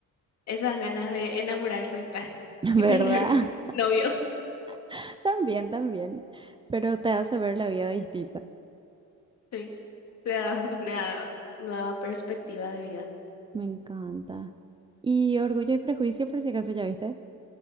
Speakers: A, on the left; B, on the right.
A: esas ganas de enamorarse <laughs>
B: <laughs>
A: y
B: ¿verdad?
A: tener novios.
B: <laughs> También, también, pero te hace ver la vida distinta.
A: Sí, te da una nueva perspectiva de vida.
B: Me encanta. Y Orgullo y Prejuicio, por si acaso ya viste.